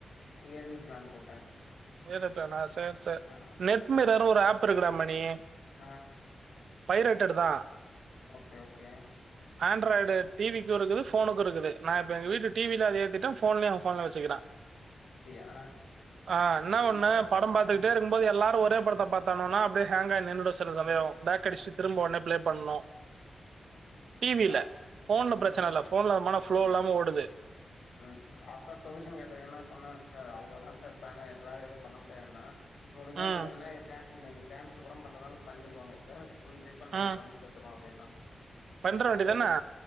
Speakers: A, on the left (about 80°); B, on the right (about 75°).
A: இயர்லி பிளான் போட்டே
B: ஒரே நெட்டானா சர் சரி
A: ஆ
B: நெட் மீரர்னு ஒரு அப் இருக்குடா மணி
A: அ
B: ஹை ரேட்டட் தா
A: ஓகே ஓகே
B: அண்ட்ராய்டு டிவிக்கு இருக்குது ஃபோனுக்கு இருக்குது நா இப்ப எங்க வீட்டு டி வி ல அது ஏதிட்ட போன்லயு அவ ஃபோன்ல வச்சுக்கிற
A: அப்டியா
B: ஆ என்ன ஒண்ணு
A: இப்ப வா
B: படோ பாத்துக்கிட்டே
A: ஆ
B: இருக்கும் இப்போ எல்லாரு ஒரே படத்த பாத்தானுவனா அப்படியே ஹேங்க் ஆயி நின்னுடு சில சமயே பேக்கடிச்சு
A: ம்
B: திரும்ப உடனே ப்ளே பண்ணனு டி வி
A: லாஸ்ட்
B: ல ஃபோன்ல பிரச்சன
A: டிவி
B: இல்ல ஃபோன்லமான ப்ளோ
A: ம்
B: இல்லாம ஓடுது
A: ம் லாஸ்ட்டா சொல்யூஷன் கேட்டதுக்கு என்ன சொன்ன சார் அவ்ளோதா சர் பிளனு எங்களால எது பண்ண முடியாதுன்ன முடிஞ்சா
B: ம்,
A: நீங்க வேன க நீங்க கேன்சல் கூட பண்றதாலு பண்ணிக்கோங்க சர் ஃபுல் ரீஃபண்ட் நா
B: ம்.
A: பண் னிதந்துருவோ அப்டின்னா
B: பண்ற
A: சரி நா
B: வேண்டியது
A: யோசிச்சு
B: தான.